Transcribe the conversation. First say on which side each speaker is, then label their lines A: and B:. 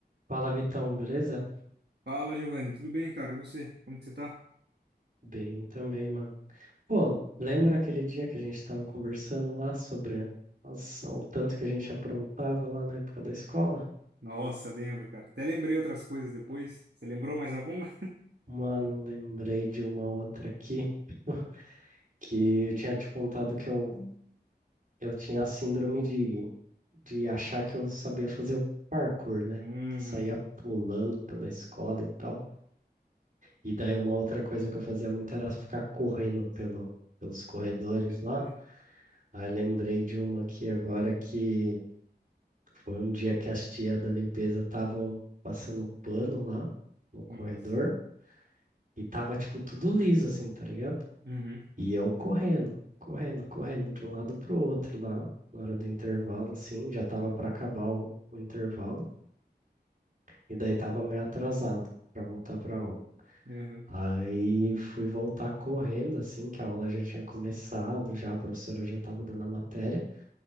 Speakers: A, on the right (about 50°); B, on the right (about 70°).
A: Fala, Vitão, beleza?
B: Fala, Giovanni, tudo bem, cara? E você? Como que você tá?
A: Bem também, mano. Pô, lembra aquele dia que a gente tava conversando lá sobre a- nossa, o tanto que a gente aprontava lá na época da escola?
B: Nossa, lembro, cara. Até lembrei outras coisas depois. Você lembrou mais alguma?
A: Mano, lembrei de uma outra aqui <laughs> que eu tinha te contado que eu, eu tinha a síndrome de, de achar que eu sabia fazer o parkour, né?
B: Uhum.
A: Que saía pulando pela escola e tal. E daí uma outra coisa que eu fazia muito era ficar correndo pelo, pelos corredores
B: <laughs>
A: lá. Aí lembrei de uma aqui agora que foi um dia que as tia da limpeza estavam passando pano lá no corredor
B: Nossa.
A: e tava tipo tudo liso assim, tá ligado?
B: Uhum.
A: E eu correndo, correndo, correndo de um lado pro outro lá, na hora do intervalo assim, já tava pra acabar o, o intervalo e daí tava meio atrasado pra voltar pra aula.
B: Uhum.
A: Aí fui voltar correndo assim, que a aula já tinha começado, já a professora já tava dando a matéria.